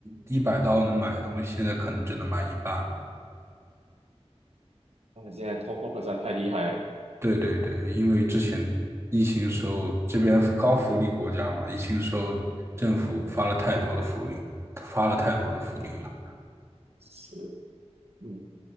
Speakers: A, on the right (about 25°); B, on the right (about 70°).
A: 一百刀能买的东西，现在可能只能买一半了。
B: 他们现在通货膨胀太厉害了，
A: 对对对，因为之前疫情时候，这边高福利国家嘛，疫情时候政府发了太多的福利，发了太多的福利了。
B: 是，嗯。